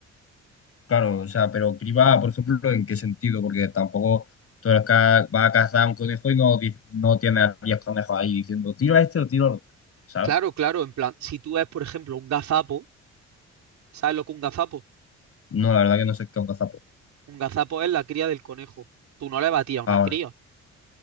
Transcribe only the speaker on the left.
Claro, o sea, pero criba, por ejemplo, ¿en qué sentido? Porque tampoco tú eres ca- vas a cazar un conejo y no, di- no tienes a 10 conejos ahí diciendo tiro a este o tiro al otro, ¿sabes?
No, la verdad que no sé qué es un cazapo.
Ahora,